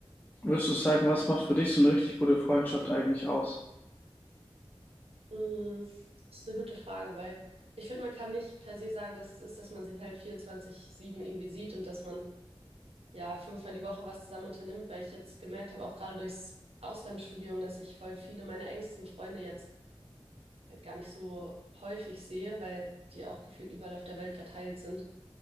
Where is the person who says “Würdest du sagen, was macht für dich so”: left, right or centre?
Left